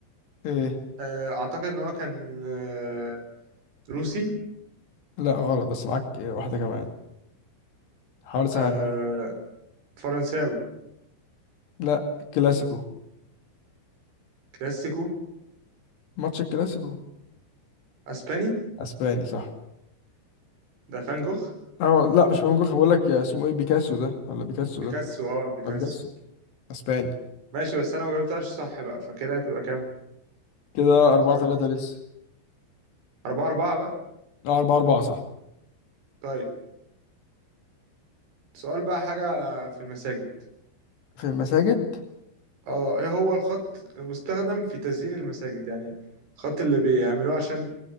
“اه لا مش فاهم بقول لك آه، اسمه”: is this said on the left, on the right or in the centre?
Left